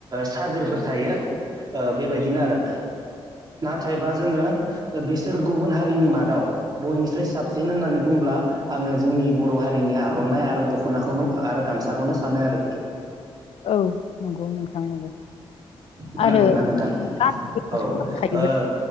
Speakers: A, on the right; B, on the left.
A: सादोरफोर थायो ओ बेबायदिनो आरो नाथायबा जोङो ओ बिसोर गुबुन हारिनि मादाव बयनिस्राय साबसिन होननानै बुंङो- ब्ला आङो जोंनि बर' हारिनि आर'नाइ आरो दख'नाखौनो आरो गामसाखौनो सानो आरोखि
B: औ नंगौ नोंथां नंगौ
A: खोनादोंना
B: आरो
A: नोंथां
B: गानोब्ला
A: औ ओ
B: समायखायोबो
A: नों